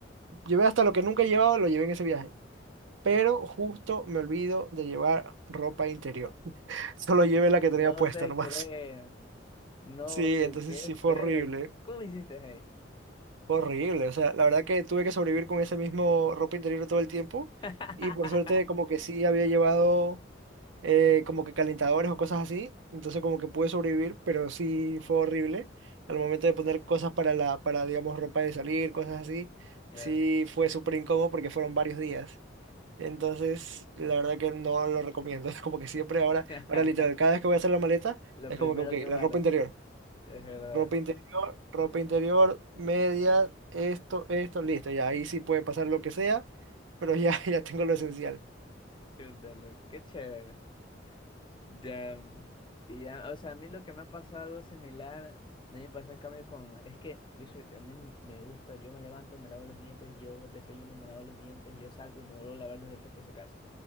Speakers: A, on the right; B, on the left.
A: llevé hasta lo que nunca he llevado, lo llevé en ese viaje pero justo me olvido de llevar ropa interior. <laughs> Solo llevé la que tenía
B: No
A: puesta
B: te
A: nomás.
B: creo,
A: <laughs>
B: no,
A: Sí,
B: y
A: entonces
B: qué
A: sí fue
B: feo,
A: horrible,
B: ¿y ¿cómo hiciste ahí?
A: fue horrible. O sea, la verdad que tuve que sobrevivir con ese mismo ropa interior todo el tiempo
B: <laughs>
A: y por suerte como que sí había llevado eh, como que calentadores o cosas así, entonces como que pude sobrevivir, pero sí fue horrible al momento de poner cosas para la, para digamos ropa de salir, cosas así.
B: Claro.
A: Sí fue súper incómodo porque fueron varios días. Entonces, la verdad que no lo recomiendo. <laughs> Es como que siempre
B: <laughs>
A: ahora, ahora literal, cada vez que voy a hacer la maleta,
B: Lo
A: es
B: primero
A: como que,
B: que
A: ok,
B: guardo,
A: la ropa interior,
B: es verdad.
A: ropa interior, ropa interior, medias, esto, esto, listo. Ya ahí sí puede pasar lo que sea, pero ya, <laughs> ya tengo lo esencial.
B: Chuta, loco, qué chévere. Ya, y ya, o sea, a mí lo que me ha pasado algo similar, a mí me pasó en cambio con, es que yo soy, a mí me gusta, yo me levanto, me lavo los dientes, yo desayuno, me lavo los dientes, yo salgo y me vuelvo a lavar los dientes por si acaso.